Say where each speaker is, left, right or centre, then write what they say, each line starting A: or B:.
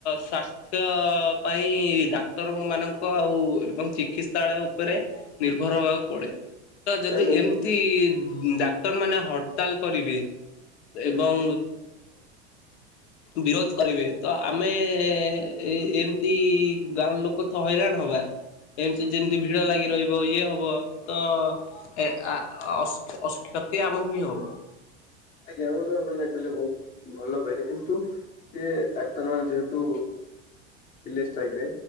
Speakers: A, on the left (about 75°); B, on the left (about 25°).
A: ସ୍ୱାସ୍ଥ୍ୟ ପାଇଁ ଡାକ୍ତରଙ୍କ ମାନଙ୍କ ଆଉ ଏବଂ ଚିକିତ୍ସାଳୟ ଉପରେ ନିର୍ଭ ନିର୍ଭର ହେବାକୁ ପଡେ। ତ ଯଦି
B: ନାଇଁ ବନ୍ଧୁ
A: ଏମିତି ଡାକ୍ତରମାନେ ହ ହର୍ତାଲ କରିବେ
B: ହୁଁ।
A: ଏବଂ
B: <inaudible>
A: ବିରୋଧ କରିବେ ତ ଆମେ ଏ ଏମିତି ଗାଁ ଲୋକ ତ ହଇରାଣ ହବା। ଏମତି ଯେମିତି ଭିଡ ଲାଗି ରହିବ ଇଏ ହବ। ତ <unintelligible> କ୍ଷତି ଆମକୁ ହିଁ ହବ।
B: ଆଜ୍ଞା ହୁନ୍ତୁ ଆପଣ ଯାହା କହିଲେ ବହୁତ ଭଲ କହିଲେ। କିନ୍ତୁ ଏ ଡାକ୍ତର ମାନେ ଯେହେତୁ ଥିଲି ଷ୍ଟ୍ରାଇକ୍ ରେ